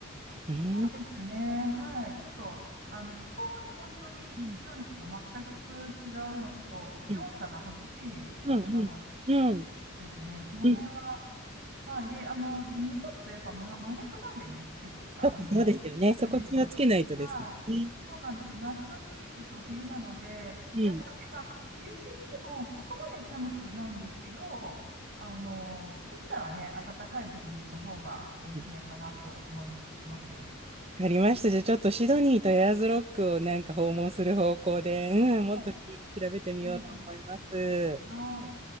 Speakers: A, on the right (about 45°); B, on the right (about 30°).
A: そうですね。
B: うん。
A: はい。ちょっと、あの、気候がね、本当にシドニーと全
B: うん。
A: く違うのと、気温差が激しい場所なの
B: うん。うん。うん。うん
A: ですね。その辺は、
B: うん
A: はい。で、あの、日本とやっぱ真真逆なんでね、季節が、
B: そうそうですよね。
A: あの、<laughs>
B: そこ気をつけないとですね。
A: あれは。はい。そうなんですよ。夏の時期行くと冬なので、
B: うん。
A: やっぱりまあ、冬って言ってもそこまで寒くないんですけど、あの、できたらね、暖かい時期に行った方がおすすめかなと思います。
B: わ
A: は
B: かりました。じゃあ、ちょっとシドニーとエアーズロックをなんか訪問する方向で、うん、もっと調
A: い。
B: べてみようと思います。
A: うんはい。